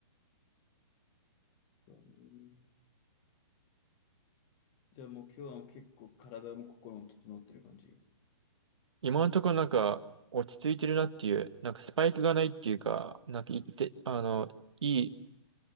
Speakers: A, on the left; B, on the right.
A: そうね。じゃあもう今日は結構体も心も整ってる感じ。
B: 今のところなんか落ち着いてるなっていう、なんかスパイクがないっていうか、なんか言って、あの、いい、